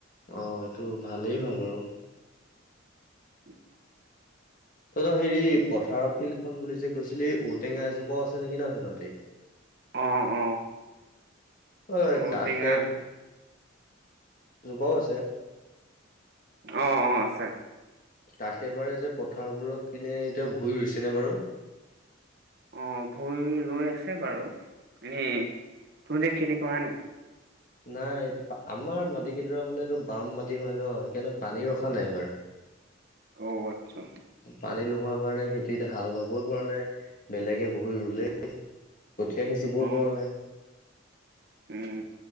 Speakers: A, on the left; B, on the right.
A: অ, এইটো ভালেই হ'য় বাৰু।
B: <inaudible>
A: তই, যে হেৰি পথাৰৰ ফিল্ড খন বুলি যে কৈছিলি। ঔটেঙা এজোপাও আছে নেকি নহ সেইখনতেই।
B: অ অ
A: অই,
B: ঔটেঙা
A: কাখেৱ। জোপাও আছে।
B: অ, অ আছে।
A: কাষে বাৰে যে পথাৰবোৰত পিনে এতিয়া ভুই ৰুইছেনে বাৰু?
B: অ, ভুই ৰুই আছে বাৰু। এনেই তোৰ যে খেতি কৰা নাই?
A: নাই আমাৰ মাটি কেইডৰা মানে এইটো বাম মাটি হয় নহ, সেইকাৰণে পানী ৰখা নাই এইবাৰ।
B: অ, আচ্ছা।
A: পানী নোহোৱা কাৰণে খেতিত হাল বাবই পৰা নাই। বেলেগে বহুত ৰুলেই কঠীয়া সিঁচিবও
B: অ
A: পৰা নাই।
B: উম